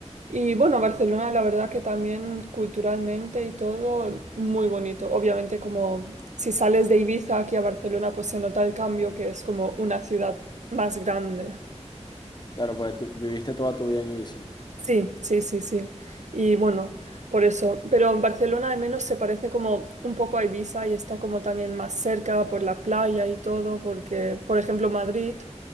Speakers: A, on the right; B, on the left.
A: y bueno, Barcelona la verdad que también culturalmente y todo muy bonito. Obviamente como si sales de Ibiza aquí a Barcelona pues se nota el cambio que es como una ciudad más grande.
B: Claro, pues tú viviste toda tu vida en Ibiza.
A: Sí, sí, sí, sí. Y bueno, por eso. Pero en Barcelona al menos se parece como un poco a Ibiza y está como también más cerca por la playa y todo, porque, por ejemplo, Madrid,